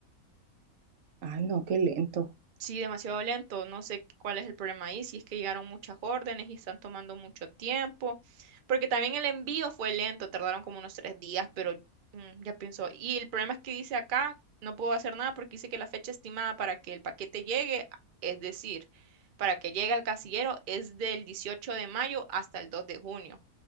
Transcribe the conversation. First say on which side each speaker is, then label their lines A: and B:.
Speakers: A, on the right; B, on the right.
A: Ah, no, qué lento.
B: Sí, demasiado lento. No sé cuál es el problema ahí, si es que llegaron muchas órdenes y están tomando mucho tiempo, porque también el envío fue lento, tardaron como unos tres días, pero mm, ya pienso. Y el problema es que dice acá, no puedo hacer nada porque dice que la fecha estimada para que el paquete llegue, es decir, para que llegue al casillero es del 18 de mayo hasta el 2 de junio.